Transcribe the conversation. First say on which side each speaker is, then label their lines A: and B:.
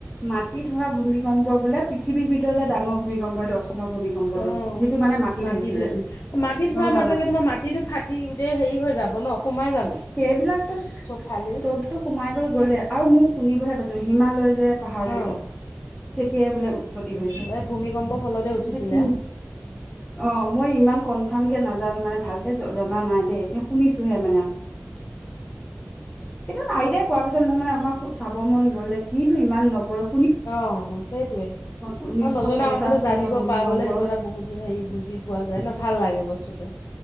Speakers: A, on the left (about 20°); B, on the left (about 75°).
A: মাটিত হোৱা ভূমিকম্প বোলে পৃথিৱীৰ ভিতৰতে ডাঙৰ ভূমিকম্প এইটো। অসমৰ ভূমিকম্পটো।
B: অ
A: যিটো মানে মাটিত
B: মাটি
A: হৈছিলে,
B: থৈছিল মাটি থোৱা
A: গম পালা?
B: মাতকে তোমাৰ মাটিতটো ফাটি গোটেই হেৰি হৈ যাব <unintelligible>
A: এ সেইবিলাকতো
B: চব ফালি
A: চবতো সোমাই কৈ গ'লে
B: উম,
A: আৰু মোক শুনিবহ- হিমালয় যে পাহাৰটো
B: অ',
A: যে তেতিয়াই বোলে উৎপত্তি হৈছে।
B: এই ভূমিকম্পৰ ফলতে উঠিছিলে।
A: এতিয়া কিম অ মই ইমান। কনফাৰ্ম কে নাজানো মানে ভালকে জনা নাই দেই এ শুনিছোহে মানে কেতিয়াবা আইটায় কোৱা পিছত মোৰ মানে আমাক- চাব মন গ'ল যে কিনো ইমান নবয়-
B: অ সেইটোয়ে
A: ঊনৈশ
B: অ নজনা
A: পঞ্চাশ
B: কথাটো
A: চনৰ
B: জানিব
A: ভূমিকম্প
B: পৰা গ'লে সেইটো এটা বহুত হেৰি বুজি- পোৱা যায় ন ভাল লাগে বস্তুটো